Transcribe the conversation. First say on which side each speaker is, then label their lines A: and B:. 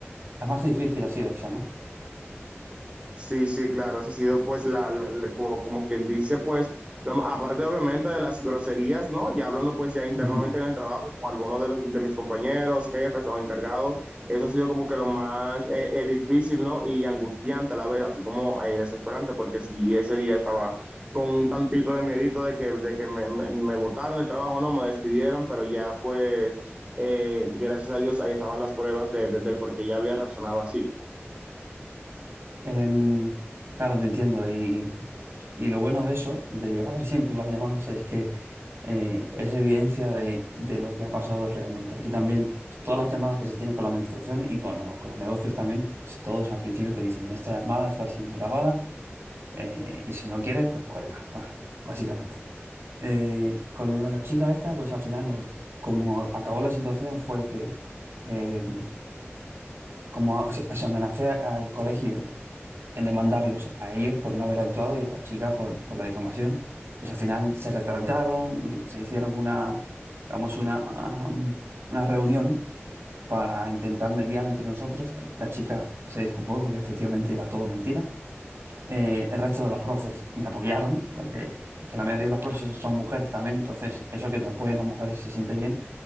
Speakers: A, on the right; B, on the right.
A: La más difícil ha sido esa, ¿no?
B: Sí, sí, claro, esa ha sido pues la, la- la- como como quien dice pues, lo- ma- aparte obviamente de las groserías, ¿no? Ya hablando pues ya internamente
A: Ujú.
B: en el trabajo con algunos de, los, de mis compañeros, jefes o encargados, eso ha sido como que lo más eh, eh, difícil, ¿no? Y angustiante a la vez, así como eh, desesperante, porque si ese día estaba con un tantito de miedito de que, de que me, me, me botaran del trabajo, no, me despidieran, pero ya pues, eh, gracias a Dios ahí estaban las pruebas de, de- del por qué ya había razonado así.
A: En- Claro, te entiendo. Y, y lo bueno de eso, de grabar siempre las llamadas, es que eh, es evidencia de, de lo que ha pasado realmente. Aquí también, todas las llamadas que se tienen con la administración y con, los- con los negocios también, todos al principio te dicen, esta llamada está siendo grabada eh, y si no quieres, pues cuelga, Bah, básicamente. Eh, con lo de la chica esta, pues al final, lo, como acabó la situación fue que... eh, como se, se amenacé al colegio en demandarlos a ellos por no haber actuado y a la chica por, por la difamación. Pues al final se retractaron, y se hicieron una, vamos, una, um, una reunión para intentar mediar entre nosotros. La chica se disculpó porque efectivamente era todo mentira. Eh, el resto de las profes me apoyaron, lo que, que la mayoría de las profes son mujeres también, entonces eso que te apoyen las mujeres se siente bien.